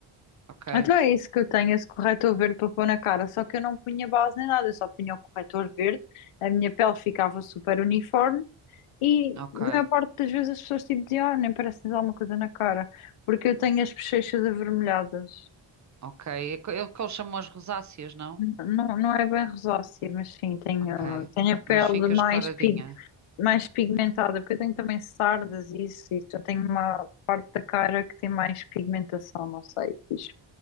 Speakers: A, on the right (about 35°); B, on the left (about 80°).
A: ok?
B: Então é isso que eu tenho, esse corretor verde para pôr na cara. Só que eu não punha base nem nada, eu só punha o corretor verde, a minha pele ficava super uniforme e
A: Ok,
B: na maior parte das vezes as pessoas tipo diziam, ah, nem parece que tens alguma coisa na cara, porque eu tenho as bochechas avermelhadas.
A: ok. É o que eles chamam as rosáceas, não?
B: Não, não é bem rosácea, mas sim, tenho,
A: Ok,
B: tenho a pele
A: mas fica
B: mais
A: escoradinha.
B: pigmentada mais pigmentada, porque eu tenho também sardas e isso, e eu tenho uma parte da cara que tem mais pigmentação, não sei, fiz-